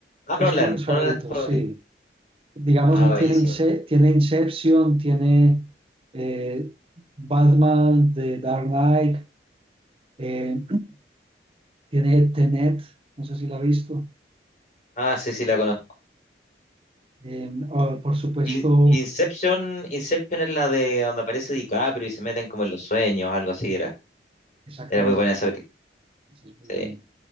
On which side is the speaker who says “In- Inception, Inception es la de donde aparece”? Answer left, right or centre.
Left